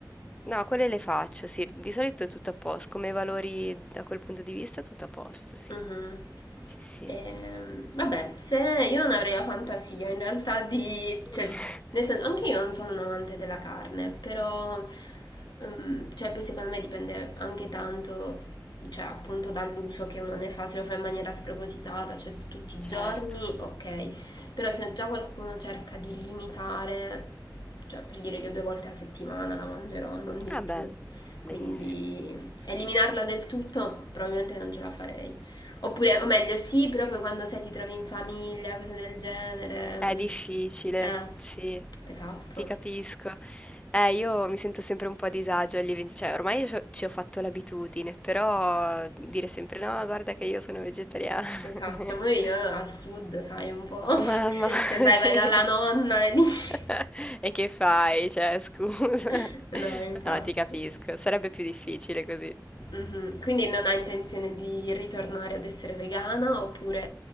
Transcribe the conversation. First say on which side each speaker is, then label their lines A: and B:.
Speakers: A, on the left; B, on the left.
A: no, quelle le faccio, sì, di solito è tutto a posto, come valori da quel punto di vista tutto a posto, sì,
B: Mhm.
A: sì, sì.
B: Ehm, vabbè, se io non avrei la fantasia in realtà di,
A: <laughs>
B: cioè, nel senso, anche io non sono un amante della carne, però, ehm, cioè, poi secondo me dipende anche tanto, cioè, appunto dall'uso che uno ne fa, se lo fa in maniera spropositata, cioè tutti i
A: Certo.
B: giorni, ok, però se già qualcuno cerca di limitare, cioè, per dire io due volte a settimana la mangerò, non di
A: Ah
B: più,
A: beh,
B: quindi
A: benissi
B: eliminarla del tutto probabilmente non ce la farei. Oppure, o meglio, sì, però poi quando sei ti trovi in famiglia, cose del genere.
A: È difficile,
B: Eh,
A: sì,
B: esatto,
A: ti capisco. Eh, io mi sento sempre un po' a disagio agli eventi, cioè ormai ci ho ci ho fatto l'abitudine, però dire sempre no, guarda che io sono vegetariana.
B: esatto.
A: <laughs>
B: Poi io al sud, sai, un po'. <laughs>
A: Mamma,
B: Cioè, sai,
A: <laughs> sì.
B: vai dalla nonna e dici...
A: <laughs> E che fai? Cioè, scusa.
B: <laughs> No,
A: <laughs>
B: infatti.
A: No, ti capisco, sarebbe più difficile così.
B: Mhm. Quindi non hai intenzione di ritornare ad essere vegana oppure